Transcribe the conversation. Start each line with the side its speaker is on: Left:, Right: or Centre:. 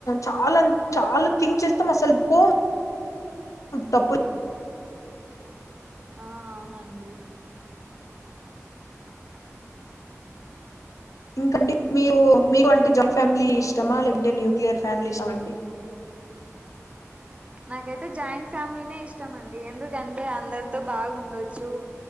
Left: చాలా చాలా థింక్ చేస్తాం అసలు పో తప్పు.
Right: ఆ అవునండి.
Left: ఇంకండి మీ మీకు అంటే జాయింట్ ఫ్యామిలీ ఇష్టమా లే అంటే న్యూక్లియర్ ఫ్యామిలీ ఇష్టమా అండి.
Right: నాకైతే జాయింట్ ఫ్యామిలీనే ఇష్టం అండి ఎందుకంటే అందరితో బాగుండొచ్చు